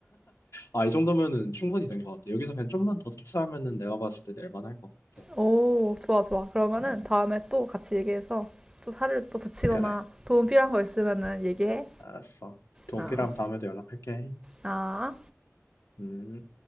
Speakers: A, on the left; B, on the right.
A: 아, 이 정도면은 충분히 된 것 같아. 여기서 그냥 좀만 더 터치하면은 내가 봤을 때 낼만할 것 같아.
B: 오, 좋아, 좋아. 그러면은
A: 음,
B: 다음에 또 같이 얘기해서 또 살을 또 붙이거나
A: 그래.
B: 도움 필요한 거 있으면은 얘기해.
A: 알았어. 도움
B: 아,
A: 필요하면 다음에도 연락할게.
B: 아.
A: 음.